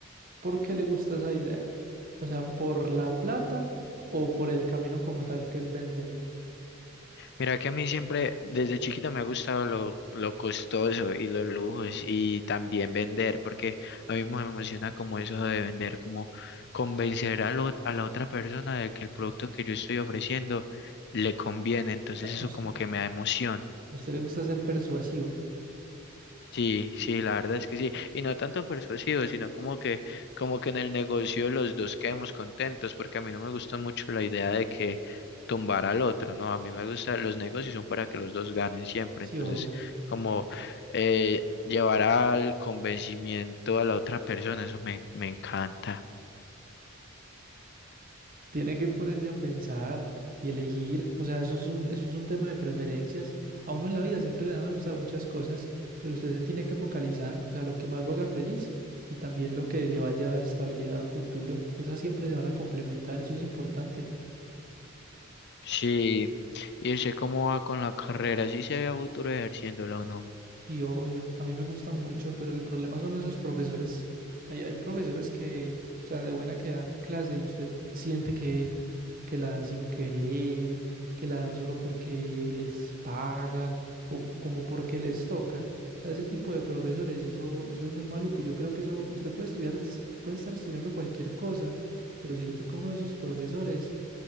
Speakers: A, on the right; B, on the left.
A: ¿por qué le gusta esa idea? O sea, ¿por la plata o por el camino como tal que es vender?
B: Mira que a mí siempre, desde chiquito me ha gustado lo, lo costoso y los lujos y también vender, porque a mí me emociona como eso de vender, como convencer a, lo- a la otra persona de que el producto que yo estoy ofreciendo le conviene, entonces
A: O sea,
B: eso
A: ¿A us-
B: como que me da emoción.
A: a usted le gusta ser persuasivo?
B: Sí, sí, la verdad es que sí, y no tanto persuasivo, sino como que, como que en el negocio los dos quedemos contentos, porque a mí no me gusta mucho la idea de que tumbar al otro, ¿no? A mí me gusta, los negocios son para que los dos ganen siempre,
A: Sí,
B: entonces
A: obvio.
B: como eh, llevar al convencimiento a la otra persona, eso me, me encanta.
A: Tiene que ponerse a pensar y elegir, o sea, eso es un, eso es un tema de preferencias. A uno en la vida siempre le van a gustar muchas cosas, pero usted se tiene que focalizar, o sea, lo que más lo haga feliz y también lo que le vaya a dar estabilidad a futuro. Esas siempre se van a complementar, eso es importante.
B: Sí, y sé cómo va con la carrera, si se había futuro ejerciéndola o no.
A: Sí, obvio, a mí me gusta mucho, pero el problema son esos profesores. Hay, hay profesores que, o sea, de buena que dan clase y usted siente que, que la dan sin querer, que la dan solo porque les pagan o como porque les toca. O sea, ese tipo de profesores, eso, eso es muy maluco. Yo creo que eso, usted puede estudiar, es- puede estar estudiando cualquier cosa, pero si le toca a uno de esos profesores,